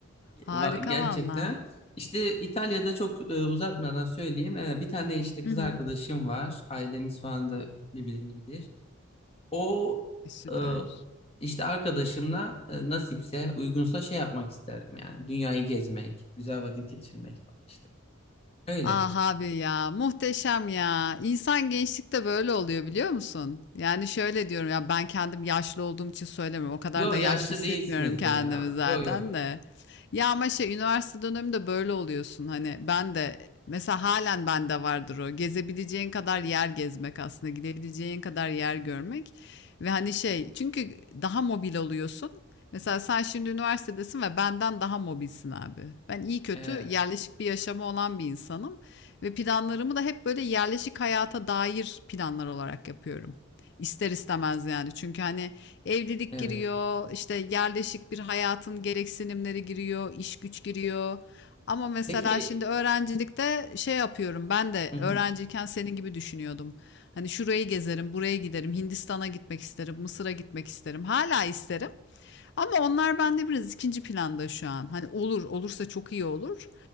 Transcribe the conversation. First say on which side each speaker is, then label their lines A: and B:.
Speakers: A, on the left; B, on the left.
A: Harika
B: Va- Gerçekten.
A: valla.
B: İşte İtalya'da çok e, uzatmadan söyleyeyim. E, bir tane işte
A: Hı
B: kız
A: hı.
B: arkadaşım var. Ailemiz falan da birbirini bilir. O
A: E, Süper.
B: e, işte arkadaşımla e, nasipse uygunsa şey yapmak isterdim yani. Dünyayı gezmek, güzel vakit geçirmek falan işte. Öyle.
A: Ah abi ya muhteşem ya. İnsan gençlikte böyle oluyor biliyor musun? Yani şöyle diyorum ya ben kendim yaşlı olduğum için söylemiyorum. O kadar
B: Yo
A: da
B: yaşlı
A: yaşlı hissetmiyorum
B: değilsinizdir
A: kendimi
B: ya.
A: zaten
B: Yo yo.
A: de. Ya ama şey üniversite döneminde böyle oluyorsun. Hani ben de mesela halen bende vardır o. Gezebileceğin kadar yer gezmek aslında. Gidebileceğin kadar yer görmek. Ve hani şey çünkü daha mobil oluyorsun. Mesela sen şimdi üniversitedesin ve benden daha mobilsin abi. Ben iyi kötü
B: Evet.
A: yerleşik bir yaşamı olan bir insanım ve planlarımı da hep böyle yerleşik hayata dair planlar olarak yapıyorum. İster istemez yani. Çünkü hani evlilik
B: Evet.
A: giriyor, işte yerleşik bir hayatın gereksinimleri giriyor, iş güç giriyor. Ama mesela
B: Peki.
A: şimdi öğrencilikte şey yapıyorum. Ben de
B: Hı hı.
A: öğrenciyken senin gibi düşünüyordum. Hani şurayı gezerim, buraya giderim, Hindistan'a gitmek isterim, Mısır'a gitmek isterim. Hala isterim. Ama onlar bende biraz ikinci planda şu an. Hani olur, olursa çok iyi olur.